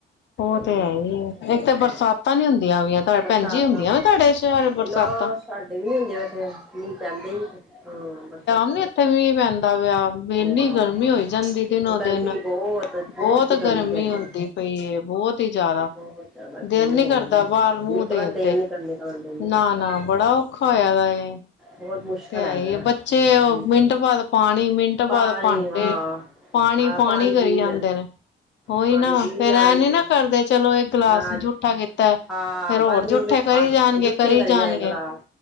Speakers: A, on the left; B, in the centre.
A: ਉਹ
B: ਇਹੀ
A: ਤੇ ਹੈ ਈ ਐ ਇੱਕ ਤਾਂ
B: ਹਾਂ
A: ਬਰਸਾਤਾਂ ਨੀ ਹੁੰਦੀਆਂ ਪਈਆਂ
B: ਬਰਸਾਤਾਂ
A: ਭੈਣਜੀ ਹੁੰਦੀਆਂ
B: ਦਾ
A: ਵ ਤੁਹਾਡੇ ਸ਼ਹਿਰ ਬਰਸਾਤਾਂ
B: ਨਾ ਸਾਡੇ ਵੀ ਨੀ ਹੁੰਦੇ ਇਥੇ ਮੀਂਹ ਪੈਂਦੇ ਨੀ ਪੇ ਹੂੰ ਬਰਸਾਤ
A: ਨ ਇੱਥੇ ਮੀਂਹ ਪੈਂਦਾ ਪਿਆ ਇੰਨੀ
B: ਹਾਂ
A: ਗਰਮੀ ਹੋਈ ਜਾਂਦੀ ਦਿਨੋ
B: ਗਰਮੀ
A: ਦਿਨ
B: ਬਹੁਤ
A: ਬਹੁਤ ਗਰਮੀ
B: ਹੈਗੀ
A: ਹੁੰਦੀ
B: ਐ
A: ਪਈ ਏ ਬਹੁਤ <unintelligible> ਜਿਆਦਾ
B: ਬਹੁਤ ਜ਼ਿਆਦਾ
A: ਦਿਲ
B: ਗਰਮੀ
A: ਨੀ
B: ਹੋ
A: ਕਰਦਾ
B: ਰਹੀ ਐ
A: ਬਾਹਰ ਮੂੰਹ
B: ਨਿਕਲਣ
A: ਦੇਣ
B: ਦਿਲ
A: ਤੇ
B: ਨੀ ਕਰਦਾ ਨਿਕਲਣ ਦਿਲ ਨੀ
A: ਨਾ
B: ਕਰਦਾ
A: ਨਾ ਬੜਾ ਔਖਾ ਹੋਇਆ ਦਾ ਏ
B: ਬਹੁਤ ਮੁਸ਼ਕਿਲ
A: ਤੇ ਆਈ
B: ਹੈਗਾ
A: ਬੱਚੇ ਉਹ
B: ਹੂੰ
A: ਮਿੰਟ ਬਾਅਦ ਪਾਣੀ ਮਿੰਟ ਬਾਅਦ
B: ਪਾਣੀ
A: ਭਾਂਡੇ
B: ਹਾਂ
A: ਪਾਣੀ
B: ਹਾਂ
A: ਪਾਣੀ ਕਰੀ
B: ਪੀ ਵੀ
A: ਜਾਂਦੇ ਨੇ ਉਹੀ
B: ਪਾਣੀ
A: ਨਾ
B: ਪੀ
A: ਫੇਰ
B: ਜਾਣਗੇ
A: ਐ ਨੀ ਨਾ ਕਰਦੇ ਚਲੋ ਇਕ
B: ਅਨਾਜ
A: ਗਲਾਸ ਜੂਠਾ ਕੀਤਾ
B: ਹਾਂ
A: ਫੇਰ ਹੋਰ
B: ਬਸ ਮਿੰਟ
A: ਜੂਠੇ
B: ਮਿੰਟ
A: ਕਰੀ
B: ਪਾ
A: ਜਾਣਗੇ
B: ਜੁੱਠੇ
A: ਕਰੀ ਜਾਣਗੇ
B: ਜਾਏ ਗਲਾਸ